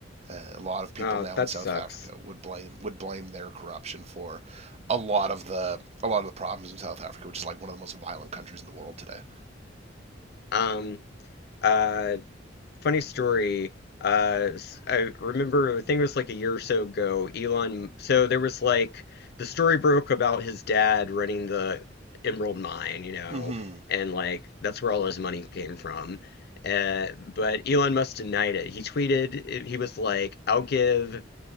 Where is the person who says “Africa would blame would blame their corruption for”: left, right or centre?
Right